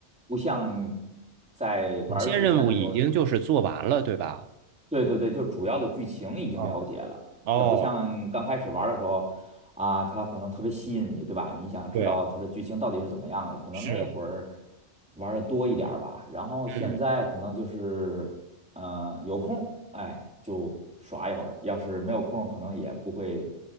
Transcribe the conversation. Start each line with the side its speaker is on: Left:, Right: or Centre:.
Centre: 不像在玩儿主线的时候
Right: 有些任务已经就是做完了，对吧？
Centre: 对对对，就是主要的剧情已经了解了，
Right: 嗯，哦，
Centre: 它不像刚开始玩儿的时候啊，它可能特别吸引你，对吧？你想知道它的剧情到底是怎么样的，
Right: 对，
Centre: 可能那会儿
Right: 是，
Centre: 玩的多一点儿吧。然后现在可能就是呃有空，
Right: 嗯。
Centre: 哎，就耍一会儿；要是没有空，可能也不会